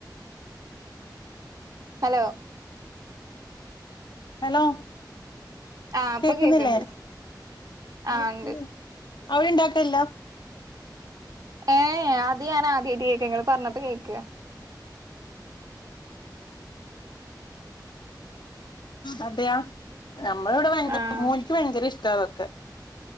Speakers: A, on the right (about 55°); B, on the left (about 80°).
A: ഹലോ
B: ഹലോ
A: ആ ഇപ്പൊ
B: കേക്കുന്നില്ലേ
A: കേൾക്കണ്ടേ ആ
B: വിളിക്കുന്നു
A: ഇണ്ട്
B: അവിടെ ഇണ്ടാക്കല്ലേയില്ല
A: ഏ അത് ഞാൻ ആദ്യായിട്ട് കേൾക്ക ഇങ്ങള് പറഞ്ഞപ്പ കേൾക്ക
B: അതെയ നമ്മളെ ഇവിടെ ഭയങ്കര
A: ആഹ്
B: മോനേക്ക് ഭയങ്കര ഇഷ് ട്ടം അതൊക്കെ